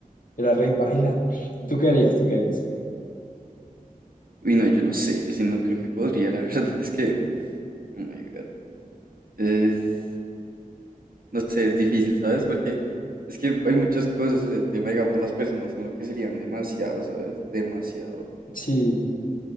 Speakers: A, on the left; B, on the right.
A: era rey paila. ¿Y tú qué harías? ¿Tú qué harías?
B: Uy, no, yo no sé, yo sí no creo que podría, la <laughs> verdad es que, oh my God. Es, no sé, es difícil, ¿sabes? Porque es que hay muchas cosas, el tema, digamos, las personas en lo que serían demasiado, ¿sabes? Demasiado.
A: Sí,